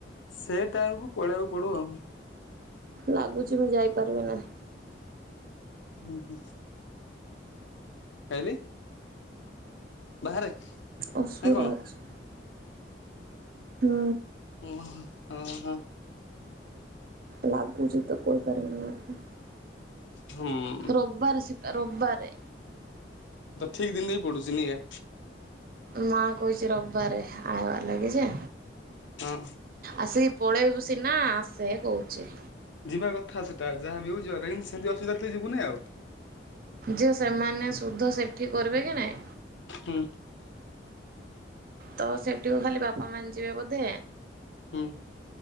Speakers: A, on the left; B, on the right.
A: ସେଠାକୁ ପଲେଇବାକୁ ପଡୁ ଆଉ।
B: ଲାଗୁଛି ମୁଁ ଯାଇପାରିବି ନାହିଁ।
A: ହୁଁ ହୁଁ। ଖାଇଲି। ବାହାରେ।
B: ଅଶୁଵିଧା
A: ନା କଣ
B: ଅଛି। ହୁଁ।
A: ଉଁ ହୁଁ ଆଁ।
B: ଲାଗୁଚି ତ କହି ପାରିବିନି ମମ୍
A: ହୁଁ
B: ରବିବାର ସେ ଦି ରବିବାରେ।
A: ଠିକ ଦିନରେ ହି ପଡୁଛିି ନେଇ ଆ।
B: ମା କହୁଛି ରବିବାରେ ଆସିବା ଲାଗି ଯେ
A: ହଁ।
B: ଆସିକି ପଳେଇବୁ ସିନା ଆସେ କହୁଛି।
A: ଯିବା କଥା ସେଟା ଯାହା ବି ହେଉ ଯିବା ସେମିତି ଅସୁବିଧ ଥିଲେ ଯିବୁନି ଆଉ।
B: ଯେ ସେମାନେ ସୁଧ ସେଠି କରିବେ କି ନାଇଁ।
A: ହୁଁ।
B: ତ ସେଠିକୁ ଖାଲି ବାପା ମାନେ ଯିବେ ବୋଧେ।
A: ହୁଁ।